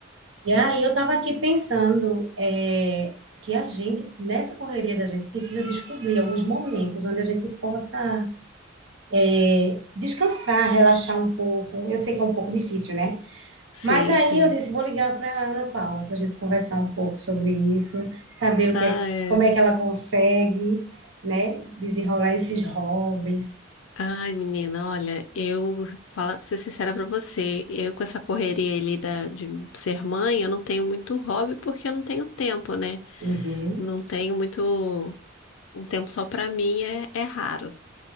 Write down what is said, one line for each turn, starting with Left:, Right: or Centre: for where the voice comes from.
Right: E aí eu tava aqui pensando é, que a gente, nessa correria da gente, precisa descobrir alguns momentos onde a gente possa é, descansar, relaxar um pouco. Eu sei que é um pouco difícil, né?
Left: Sim,
Right: Mas aí
Left: sim.
Right: eu disse, vou ligar para a Ana Paula para a gente conversar um pouco sobre isso, saber o
Left: Ah,
Right: que é,
Left: é.
Right: como é que ela consegue, né, desenrolar esses hobbies.
Left: Ai, menina, olha, eu falar pra ser sincera pra você, eu com essa correria ali da, de ser mãe, eu não tenho muito hobby porque eu não tenho tempo, né?
Right: Uhum,
Left: Não tenho muito. Um tempo só pra mim é, é raro.